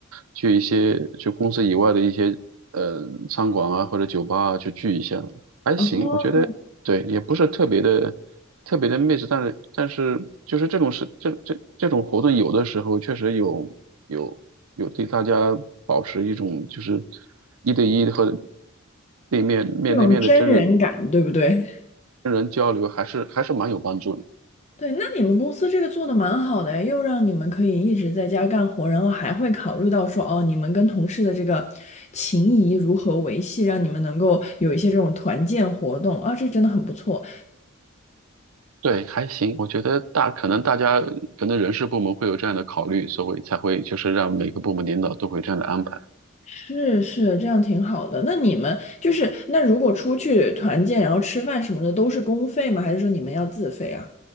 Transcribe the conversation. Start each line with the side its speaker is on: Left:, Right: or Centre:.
Right: 去一些就公司以外的一些呃餐馆啊或者酒吧啊去聚一下。还行，
Left: 哦，
Right: 我觉得对，也不是特别的特别的 m i 但是但是就是这种事，这这这种活动有的时候确实有有有对大家保持一种就是一对一的和对面面对面的真人
Left: 那种真人感，对不对？
Right: 真人交流，还是还是蛮有帮助的。
Left: 对，那你们公司这个做的蛮好的诶，又让你们可以一直在家干活，然后还会考虑到说，哦，你们跟同事的这个情谊如何维系，让你们能够有一些这种团建活动啊，这真的很不错。
Right: 对，还行，我觉得大可能大家可能人事部门会有这样的考虑，所以才会就是让每个部门领导都会这样的安排。
Left: 是是，这样挺好的。那你们就是，那如果出去团建，然后吃饭什么的，都是公费吗？还是说你们要自费啊？